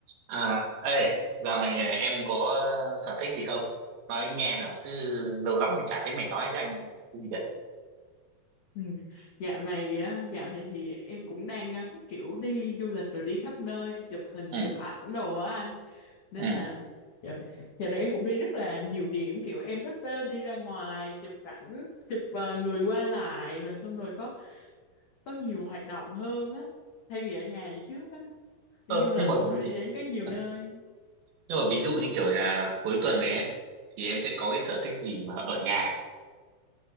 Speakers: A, on the right; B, on the left.
A: À, ê, dạo này à, em có sở thích gì không? Nói anh nghe nào, chứ lâu lắm rồi chả thấy mày nói với anh cái gì cả.
B: Ừ. Dạo này á, dạo này thì em cũng đang ờ, thích kiểu đi du lịch rồi đi khắp nơi chụp hình
A: Ừ,
B: chụp ảnh đồ á anh nên
A: ừ.
B: là dạo này, dạo này em cũng đi rất là nhiều điểm kiểu em thích ờ, đi ra ngoài chụp cảnh chụp ờ, người qua lại rồi xong rồi có có nhiều hoạt động hơn á thay vì ở nhà như trước á
A: Ơ,
B: đi du lịch
A: nhưng mà
B: xong rồi
A: ví-
B: đi đến các nhiều
A: ừ,
B: nơi
A: nhưng mà ví dụ như kiểu là cuối tuần này ấy, thì em sẽ có cái sở thích gì mà ở nhà.